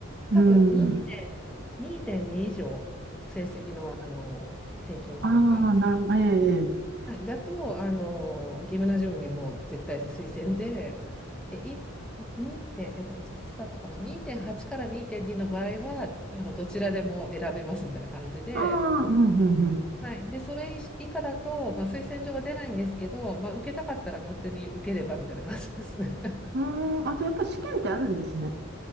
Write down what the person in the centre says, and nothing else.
多分2.2以上成績の、
あの平均点が。
はい、だと、あの、ギムナジウムにもう絶対推薦で、で、い、2点、えっと、いくつだったかな、2.8から2.2の場合は、あの、どちらでも選べますみたいな感じで、
はい、で、それ以下だと、まあ、推薦状は出ないんですけど、まあ、受けたかったら勝手に受ければみたいな感じですね。<laughs>